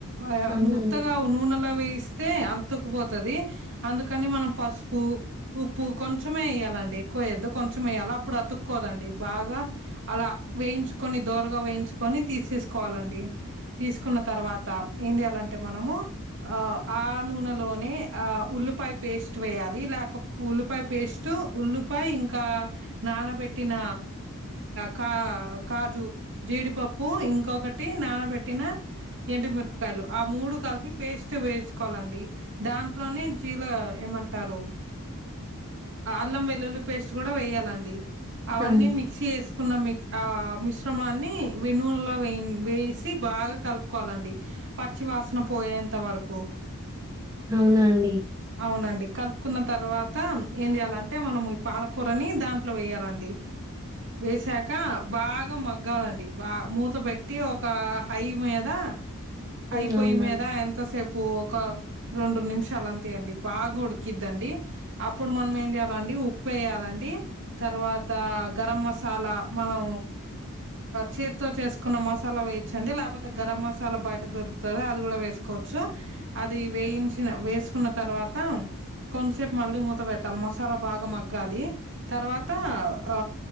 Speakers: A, on the right; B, on the right.
A: ఆ
B: అవునండి
A: ముత్తగ నూనెలో వేస్తే అతుకుపోతుది అందుకని మనం పస్ పు ఉప్పు కొ కొంచెమే వేయాలండి ఎక్కువ వేద్దు కొంచెం వయ్యాలి అప్పుడు అతుక్కోదండి బాగా అలా వేయించుకొని దోరగ వేయిన్ తేసేసుకోవలండి తీసుకున్న తరువాత ఎంచెయలి అంటే మనము ఆ నూనెలోనే ఆ ఉల్లిపాయ పేస్ట్ వేయాలి లేక ఉల్లిపాయ పేస్ట్ ఉల్లి ఇంకా నానబెట్టిన క కాజు జీడిపప్పు ప్పు ఇంకొకటి నానబెట్టిన ఎండుమిరపకాయలు ఆ మూడు కలిపి పేస్ట్ వేసుకో దాంట్లోనే జీల ఏమంటారు ఆల్లం వెల్లుల్లి పేస్ట్ కూడ వేయ్యాలండి అవన్నీ
B: అవునండి
A: మిక్సీ చేసుకున్న మి ఆ మిశ్రమాన్ని వినూనలో వే వేసి బాగ కలుపుకోవాలండి పచ్చి వాసన పోయేంత వరకు
B: అవునా అండి
A: అవునండి కలుపుకున్న తర్వాత ఏం చెయ్యాలంటే మనం ఈ పాలకూరని దాంట్లో వేయాలండి వేసాక బాగ మగ్గాలండి బా మూత పెట్టి ఒక హై మీద అయిపోయి
B: ఉమ్ అవునండి
A: మీద ఎంతసేపు ఒక రెండు నిమిషాల అండి బాగ ఉడికిద్దండి అప్పుడు మనం ఏం చేయాలండి ఉప్పు వేయాలండి తర్వ తరవాత గరం మసాలా మనం చేతో చేసుకున్న మసాలా వేయచండి లేకపోతే గరం మసాలా బయట దొరుకుతుంది అది కూడా వేసుకో అది వేయించిన కు న్న తర్వాత కొంసేపు మళ్ళీ మూత పెట్టాలి మసాలా బాగా మగ్గాలి తర్వాత అ ఆ